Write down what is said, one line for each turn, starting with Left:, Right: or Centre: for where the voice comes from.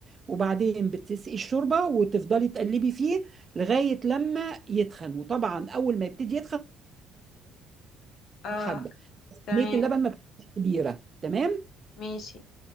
Right: وبعدين بتسقي الشوربة وتفضلي تقلبي فيه لغاية لما يتخن وطبعا أول ما يبتدي يتخن
Left: اه
Right: حبة
Left: تمام
Right: كمية اللبن ما بتبقاش كبيرة تمام
Left: ماشي